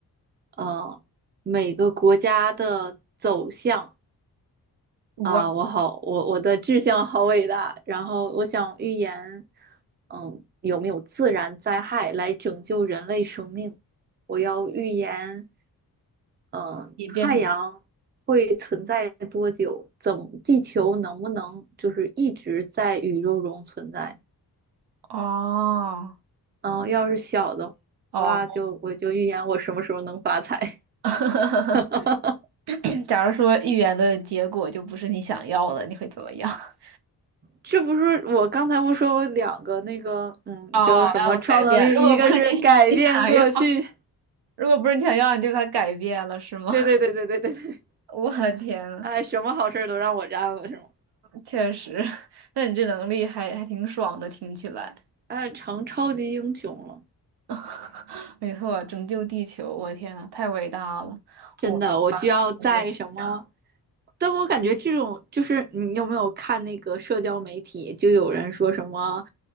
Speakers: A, on the right (about 25°); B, on the right (about 80°).
A: 呃，每个国家的走向。
B: 我
A: 啊，我好，我我的志向好伟大。然后我想预言，嗯，有没有自然灾害来拯救人类生命？我要预言，嗯，
B: 也变成
A: 太阳会存在多久？怎么，地球能不能就是一直在宇宙中存在？
B: 哦。
A: 嗯，要是小的话，
B: 哦，
A: 就我就预言我什么时候能发财。
B: <laughs>
A: <laughs>
B: 假如说预言的结果就不是你想要的，你会怎么样？<laughs>
A: 这不是我刚才不说我两个那个，嗯，
B: 哦，
A: 叫什么超能力？
B: 要不改变？如果不是你
A: 一个是改变过去，
B: <laughs> 你想要，<laughs> 如果不是你想要，你就把它改变了，是吗？
A: 对对对对对对对，
B: <laughs> 我的天呐，
A: 哎，什么好事儿都让我占了是吗？
B: 确实，<laughs> 那你这能力还还挺爽的，听起来。
A: 哎，成超级英雄了。
B: <laughs> 没错，拯救地球，我的天呐，太伟大了！
A: 真的，
B: 我的话，
A: 我就要在什么？
B: 我就这样。
A: 但我感觉这种就是你有没有看那个社交媒体，就有人说什么，